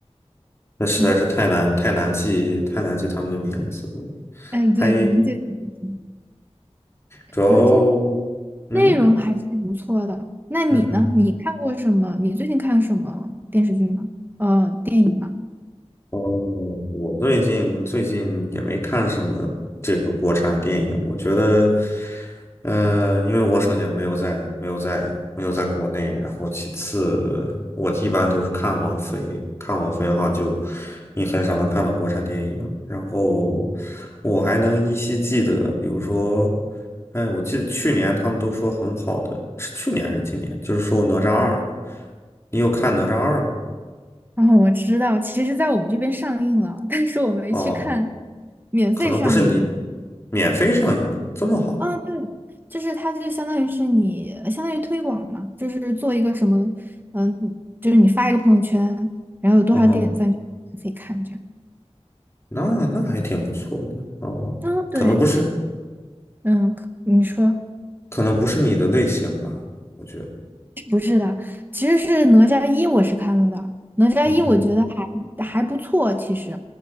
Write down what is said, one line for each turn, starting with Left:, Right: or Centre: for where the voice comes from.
Left: 那实在是太难太难记太难记他们的名字了，
Right: <laughs> 嗯，哎，对，
Left: 还
Right: 名字也忘记了
Left: 主要，
Right: 反正
Left: 嗯
Right: 内容还是不错的。那你呢？
Left: 嗯哼。
Right: 你看过什么？你最近看什么电视剧吗？呃，电影吗？
Left: 哦，我最近最近也没看什么这个国产电影，我觉得，呃，因为我首先没有在没有在没有在国内，然后其次我一般都是看王菲，看王菲的话就你很少能看到国产电影，然后我还能依稀记得，比如说，哎，我记得去年他们都说很好的，是去年还是今年？就是说哪吒二，你有看哪吒二吗？
Right: 哦，我知道，其实，在我们这边上映了，但是我没去看，
Left: 哦。
Right: 免费上映的。
Left: 可能不是你免费上映的这么好，
Right: 啊，对，就是它就相当于是你，相当于推广嘛，就是做一个什么，嗯，就是你发一个朋友圈，然后有多少点赞就免费看这样。
Left: 嗯哼，那那还挺不错的哦，
Right: 啊，对，
Left: 可能不是，
Right: 嗯，可你说。
Left: 可能不是你的类型吧，我觉得，
Right: 不是的，其实是哪吒一我是看了的，哪吒一我觉得
Left: 嗯哼，
Right: 还还不错，其实。